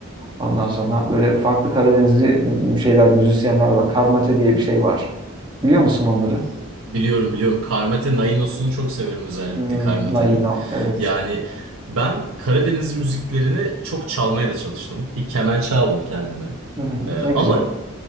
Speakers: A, on the right; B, on the right.
A: Ondan sonra böyle farklı Karadenizli m- şeyler, müzisyenler var. Karmate diye bir şey var. Biliyor musun onları?
B: Biliyorum biliyorum. Karmate Nainos'unu çok severim özellikle
A: Hmm,
B: Karmate'nin.
A: Naino. Evet.
B: Yani ben Karadeniz müziklerini çok çalmaya da çalıştım. Bir kemençe aldım kendime.
A: Hı hı,
B: Ee,
A: ne güzel.
B: ama